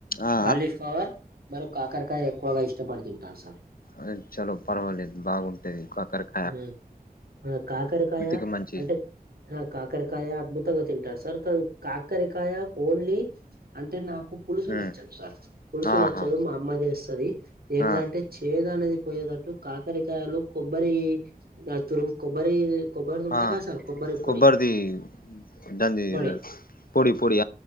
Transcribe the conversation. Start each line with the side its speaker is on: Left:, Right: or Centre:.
Left: ఆ
Right: కాలీఫ్లవర్ మరి కాకరకాయ ఎక్కువగా ఇస్త చపాతి తింటాను సార్
Left: ఆయిల్ చాలా పర్వాలేదు బాగుం టది కాకరకాయ్
Right: ఉమ్ కాకరకాయ
Left: కి మంచి
Right: అంటే ఆ కాకరకాయ అద్భుతంగా తింటారు సార్ కాని కాకరకాయ ఓన్లీ అంటే నాకు పులుసు
Left: ఉమ్
Right: నచ్చదు సార్ పులుసు
Left: ఆహా
Right: నచ్చదు మా అమ్మ జేస్తది ఏంటిదంటే
Left: ఆ
Right: చేదు అనేది పోయేటట్టు కాకరకాయలో కొబ్బరి ఆ తురుము కొబ్బరి కొబ్బరిది ఉంటదిగా
Left: ఆ
Right: సార్ కొబ్బరి పొడి
Left: కొబ్బరిది దాంది
Right: పొడి
Left: పొడి పొడి